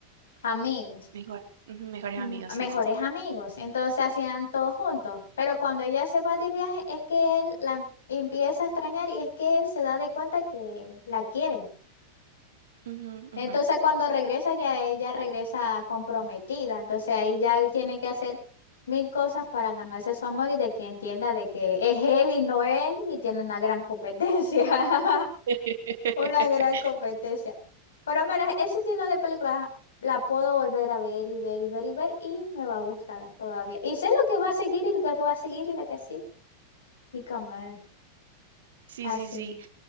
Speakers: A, on the left; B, on the right.
A: amigos.
B: Mejor, ujú, mejores
A: mm,
B: amigos, sí,
A: mejores
B: sí, sí.
A: amigos, entonces hacían todo juntos, pero cuando ella se va de viaje es que él la empieza a extrañar y es que él se da de cuenta que la quiere.
B: Ujú,
A: Entonces
B: ujú.
A: cuando regresa ya ella regresa comprometida, entonces ahí ya él tiene que hacer mil cosas para ganarse su amor y de que entienda de que es él y no él y tiene una gran competencia. <laughs>
B: <laughs>
A: Una gran competencia. Pero mira, ese estilo de película la puedo volver a ver y ver y ver y ver y me va a gustar todavía. Y sé lo que va a seguir y lo que va a seguir y la que sí. Y como es
B: Sí,
A: así.
B: sí, sí.